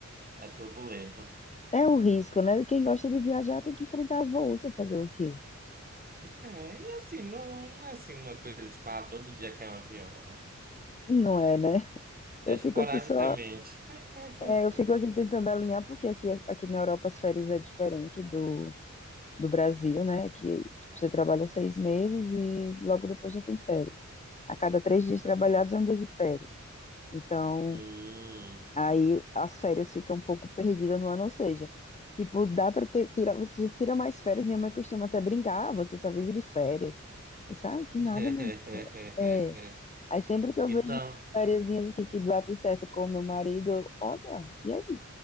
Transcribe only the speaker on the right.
é turbulento.
É, e assim, não, não é assim uma coisa tipo, ah, todo dia cai um avião.
É,
é esporadicamente.
<laughs>
Hum.
<laughs>
Então.